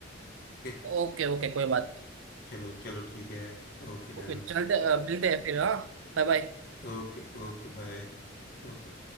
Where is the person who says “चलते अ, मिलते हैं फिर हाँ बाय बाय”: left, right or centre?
Right